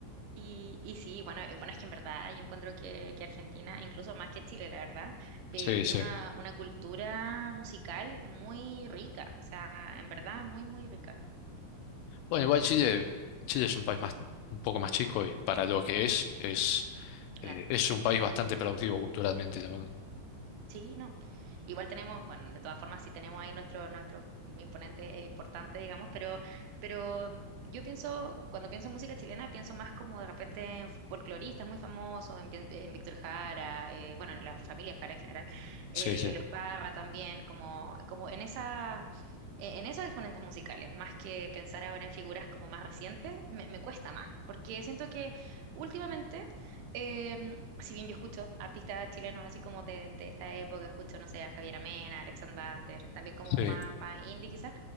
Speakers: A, on the right (about 80°); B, on the left (about 85°).
A: Y, y sí, bueno, eh, bueno, es que en verdad yo encuentro que, que Argentina, incluso más que Chile, la verdad, eh,
B: sí,
A: tiene
B: sí.
A: una, una cultura musical muy rica, o sea, en verdad muy, muy rica,
B: Bueno, igual Chile, Chile es un país más, un poco más chico y para lo que es, es, eh,
A: claro.
B: es un país bastante productivo culturalmente, la verdad.
A: Sí, no. Igual tenemos, bueno, de todas formas sí tenemos ahí nuestros nuestros imponentes eh, importantes, digamos, pero, pero mm, yo pienso, cuando pienso en música chilena, pienso más como de repente en folcloristas muy famosos, en, pien- en Víctor Jara, eh, bueno, en la familia Jara en general,
B: Sí,
A: eh,
B: sí,
A: los Parra también, como, como en esa... e- En esos exponentes musicales, más que pensar ahora en figuras como más recientes, me, me cuesta más, porque siento que últimamente em, si bien yo escucho artistas chilenos así como de, de esta época, escucho, no sé, a Javier Amena, Alexandre Banter, también como
B: sí.
A: más, más indie quizás,